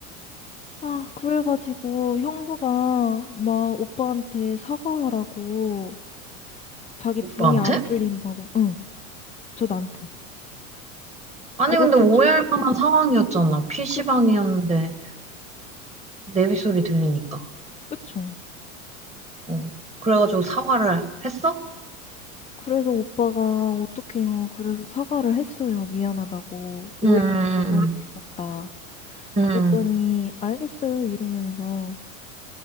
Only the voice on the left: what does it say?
아 그래가지고 형부가 막 오빠한테 사과하라고 자기
분이 안 풀린다고 응 저 남편
그렇게
추궁
그
그쵸
그래서 오빠가 어떡해요. 그래서 사과를 했어요. 미안하다고. 오해한
부분이 있었다.
그랬더니 알겠어요 이러면서